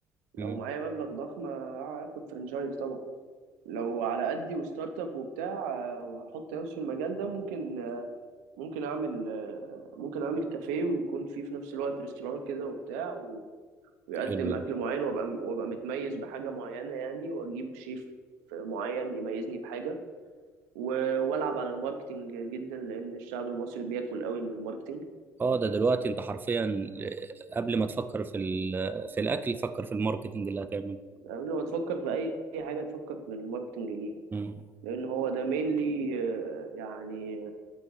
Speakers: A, on the right; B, on the right.
A: لو
B: مم.
A: معايا مبلغ ضخم آه، هاخد فرنشايز طبعا لو على قدي وستارت اب وبتاع آه، وهحط نفسي في المجال ده ممكن آه، ممكن اعمل آه، ممكن اعمل كافيه ويكون فيه في نفس الوقت ريستوران كده وبتاع و- ويقدم
B: حلو
A: اكل
B: ده
A: معين وابقى وابقى متميز بحاجه معينه يعني واجيب شيف معين يميزني بحاجه و- والعب على الماركتينج جدا لان الشعب المصري بياكل قوي من الماركتينج
B: اه ده دلوقتي انت حرفيا قبل ما تفكر في ال- في الاكل فكر في الماركتنج اللي هتعمله
A: قبل ما تفكر في اي أي حاجه تفكر في الماركتنج ليها
B: مم.
A: لان هو ده مينلي يعني